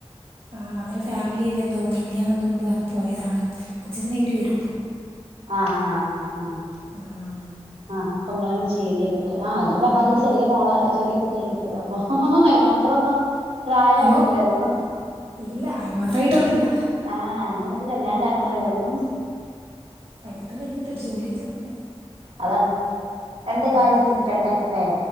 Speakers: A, on the right (about 60°); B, on the right (about 80°).
A: ആഹ് അവരെ ഫാമിലിയിയിലെന്തോ കല്യാണം എന്തോണ്ട് പറഞ്ഞ് പോയതാണ് കുറച്ച് ദിവസം കഴിഞ്ഞ് വരും ഇപ്പോ
B: ആഹ് ആഹ് ആഹ് ആഹ്
A: ആഹ്
B: ആഹ്പ്പൊ നിങ്ങളന്നെ ചെയ്യേണ്ടിരും ഒക്കെ ആഹ്ജു പറഞ്ഞാ
A: ഇപ്പം
B: അതില് ചെറിയ മോളചെറിയ കുട്ടിയായിരിക്കും അപ്പൊ അയ്ന് മാത്രൊന്നും പ്രായയിട്ടില്ലല്ലോ
A: ഓ ഇല്ല അയിന്ന് മാത്രായിട്ടൊന്നുല്ല
B: ആഹ് അമ്മുക്ക് കല്യാണം ഉണ്ടാക്കണം ഏതായാലും
A: പഠിത്തം കഴിഞ്ഞിട്ട് ഒരു ജോലിക്കെ വേണ്ടേ
B: അതാണ് രണ്ട്
A: അതാണിപ്പം
B: കാലില് നിക്കട്ടെ ല്ലേ